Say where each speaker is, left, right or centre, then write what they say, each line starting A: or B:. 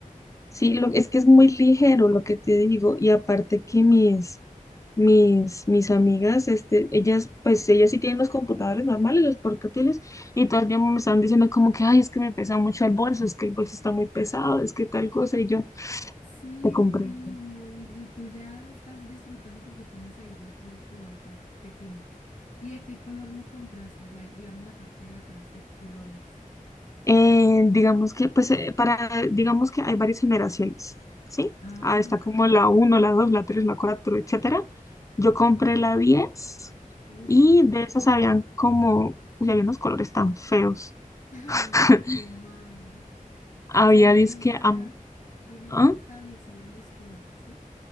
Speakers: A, on the left; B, on the left.
A: Sí, lo, es que es muy ligero lo que te digo y aparte que mis, mis, mis amigas, este, ellas, pues ellas sí tienen los computadores normales, los portátiles y todo el tiempo me están diciendo como que, ay, es que me pesa mucho el bolso, es que el bolso está muy pesado, es que tal cosa y yo
B: Sí,
A: te comprendo.
B: horrible. Y, y tú ya estás disfrutando porque tienes ahí ya tu, tu iPad pequeñito. ¿Y de qué color lo compraste? O sea, digamos la parte de atrás, ¿de qué color es?
A: Eh, digamos que, pues, eh, para, digamos que hay varias generaciones, ¿sí?
B: Ah,
A: Ah, está
B: ok.
A: como la uno la 2 la 3 la 4 etcétera. Yo compré la 10
B: Uy,
A: y de esas habían como, uy, había unos colores tan feos.
B: Ay,
A: <laughs>
B: qué mal.
A: Había
B: O sea, vienen
A: disque,
B: ya,
A: am-
B: vienen
A: ¿ah?
B: ya establecidos los colores, ¿sí?